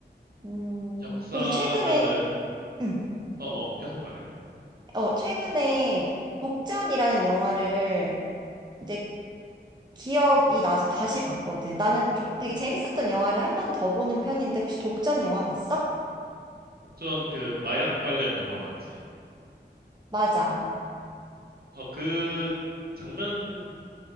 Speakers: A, on the right (about 25°); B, on the right (about 55°).
A: 음,
B: 역사면은
A: 그리고 최근에, <clears throat> 음,
B: 어어 계속 말해.
A: 어, 최근에 독전이라는 영화를 이제 기억이 나서 다시 봤거든. 나는 조- 되게 재밌었던 영화를 한 번 더 보는 편인데, 혹시 독전 영화 봤어?
B: 혹전 그 마약 관련 영화 맞지?
A: 맞아.
B: 어 그 장면